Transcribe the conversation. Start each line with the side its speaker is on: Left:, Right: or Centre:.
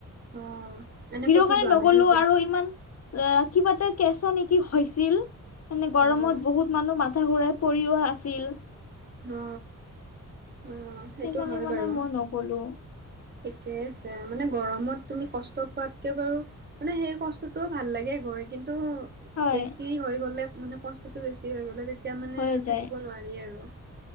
Right: অ', এনে
Left: ভিৰৰ
Right: ক'তো
Left: কাৰণে
Right: যোৱা
Left: নগলো
Right: নাই নেকি?
Left: আৰু ইমান অ কিবা এটা কেচৰ নেকি হৈছিল মানে গৰমত
Right: অ',
Left: বহুত মানুহ মাথা ঘূৰাই, পৰিও আছিল।
Right: অ অ সেইটো
Left: সেইকাৰণে
Right: হয়
Left: মানে
Right: বাৰু,
Left: মই নগলো
Right: ঠিকে আছে মানে গৰমত তুমি কষ্ট পোৱাতকে বাৰু, মানে সেই কষ্টতো ভাল লাগে গৈ কিন্তু,
Left: হয়
Right: বেছি হৈ গ'লে মানে কষ্টটো বেছি হৈ গ'লে তেতিয়া মানে
Left: হৈ যায়
Right: থাকিব নোৱাৰি আৰু